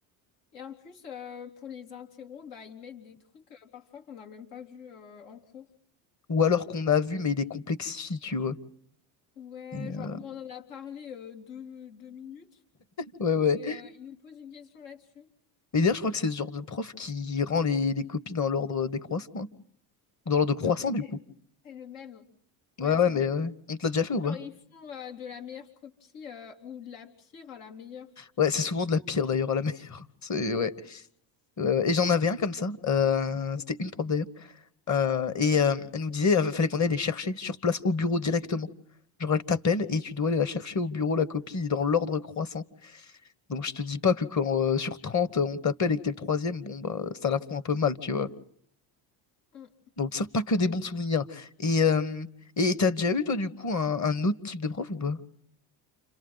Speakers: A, on the left (about 80°); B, on the left (about 35°).
A: Et en plus, euh, pour les interros, bah, ils mettent des trucs euh, parfois qu'on n'a même pas vu euh, en cours.
B: Ou alors qu'on a vu, mais il les complexifie, tu vois.
A: Ouais,
B: Et,
A: genre,
B: euh,
A: on en a parlé euh, deux, deux minutes
B: ouais, ouais.
A: et euh, ils nous posent une question là-dessus.
B: mais d'ailleurs, je crois que c'est ce genre de prof qui rend les, les copies dans l'ordre décroissant. hein. Dans l'ordre croissant,
A: Ah ouais,
B: du
A: c'est
B: coup.
A: c'est le même. Ouais,
B: Ouais, ouais,
A: c'est
B: mais
A: le même.
B: ouais. On te l'a déjà fait ou
A: Genre,
B: pas?
A: ils font euh, de la meilleure copie euh, ou de la pire à la meilleure.
B: Ouais, c'est souvent de la pire d'ailleurs à la meilleure. <laughs> C'est, ouais. Ouais, ouais. Et j'en avais un comme ça. euh, C'était une prof d'ailleurs. Euh, et euh, elle nous disait, euh, fallait qu'on aille les chercher sur place au bureau directement. Genre, elle t'appelle et tu dois aller la chercher au bureau, la copie, dans l'ordre croissant. Donc, je te dis pas que quand euh, sur 30 on t'appelle et que t'es le troisième, bon, bah, ça la fout un peu mal, tu vois.
A: Hum,
B: Donc, ça, pas que des bons souvenirs. Et euh, et t'as déjà eu, toi, du coup, un, un autre type de prof ou pas?